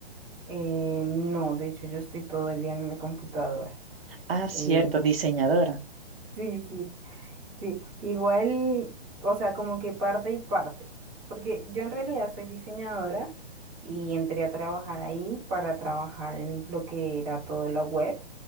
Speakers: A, on the right; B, on the right.
A: Eh, no, de hecho yo estoy todo el día en la computadora.
B: Ah, cierto,
A: Eh,
B: diseñadora.
A: sí, sí. Sí, igual, o sea, como que parte y parte, porque yo en realidad soy diseñadora y entré a trabajar ahí para trabajar en lo que era todo la web,